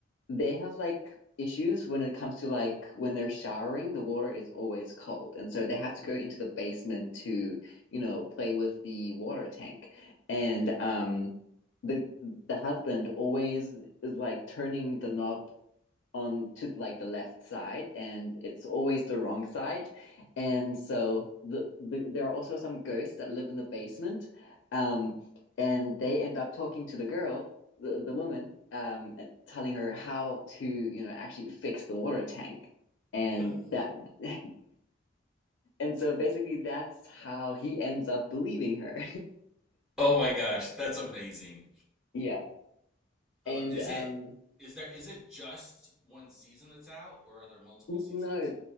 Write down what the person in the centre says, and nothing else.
<laughs>
Oh my gosh, that's amazing.
I
lo- Is
it is there is it just one season that's out or are there multiple seasons?